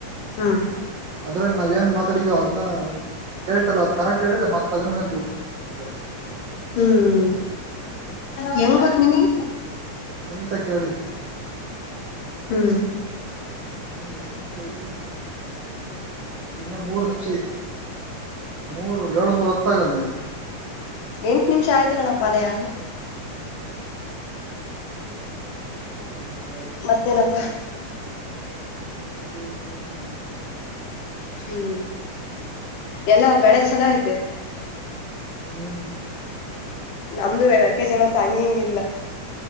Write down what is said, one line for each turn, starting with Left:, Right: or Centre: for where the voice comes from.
Left: ಹ್ಮ್
Right: ಅದ್ರಾಗ ನಾವ ಏನ್ ಮಾತಾಡಿದ ಅದನ್ನ ಕೇಳ್ತಲ್ಲ ಅದ್ ಕರೆಕ್ಟ್ ಹೇಳಿದೆೆ ಮತ್ತ ಅದ್ರ ಮೇಲೆ ದುಡ್ಡು ಇದ್ರಾಗ
Left: ಹ್ಮ್ ಹೆಂಗ್ ಗೊತ್್ಮಿನಿ
Right: ಸುನೀತಾ ಕೇಳಿತ್ತು
Left: ಹ್ಮ್
Right: ಹ್ಮ್ ಎಷ್ಟಕ್ರನ್ ಸಹಿತ ಇನ್ನು ಮೂರು ನಿಮಿಷ ಐತಿ ಮೂರು ಏಳ್ು ಮೂರು ಹೊತ್ತಾಗಲ್ಲೇ
Left: ಎಂಟ ನಿಮಿಷ ಆಯ್ತಾ ಕಣಪ್ಪ ಅಲಯ
Right: ಏಳ್ ನಿಮಿಷ
Left: ಮತ್ತೇನಪ್ಪಾ?
Right: ಮತ್ತೇನೂ ಇಲ್ಲ.
Left: ಹ್ಮ್ ಎಲ್ಲಾ ಬೆಳೆ ಚೆನ್ನ ಐತೆ.
Right: ಹ್ಮ್
Left: ನಮ್ದು ಮೆಕ್ಕೆ ಜೋಳ ಅಂತು ಹಂಗಿಗಿಲ್ಲ.